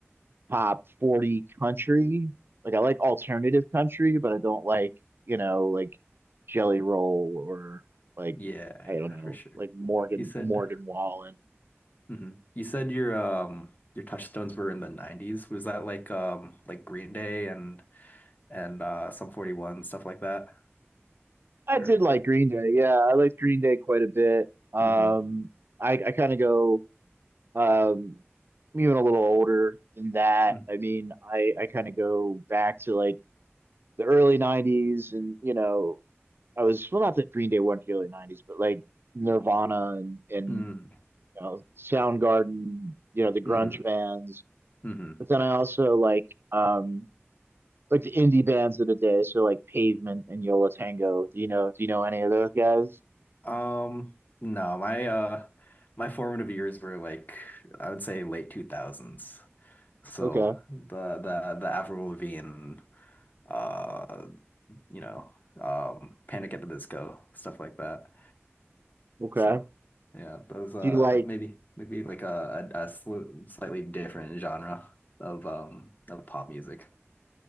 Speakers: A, on the right; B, on the left.
A: top 40 country. Like I like alternative country, but I don't like, you know, like Jelly Roll or like
B: Yeah,
A: I
B: yeah,
A: don't know,
B: for sure.
A: like Morgan
B: You said
A: Morgan Wallen.
B: hmm You said your um your touchstones were in the 90s. Was that like um like Green Day and and uh some 41 stuff like that
A: I
B: or
A: did like Green Day. Yeah, I liked Green Day quite a bit. Um
B: mm-hmm
A: I I kind of go um even a little older than that.
B: mm
A: I mean, I I kind of go back to like the early 90s and, you know, I was well not that Green Day weren't the early 90s, but like Nirvana and and
B: mm,
A: you know, Soundgarden, you know, the grunge
B: mm-hmm
A: bands.
B: mm-hmm
A: But then I also like um like the indie bands of the day, so like Pavement and Yola Tango. Do you know do you know any of those guys?
B: um no my uh my formative years were like I would say late 2000s so
A: Okay.
B: the the the Avril Lavigne uh you know um Panic at the Disco stuff like that
A: Okay.
B: so yeah those uh
A: Do you like
B: maybe maybe like a, a, a sli- slightly different genre of um of pop music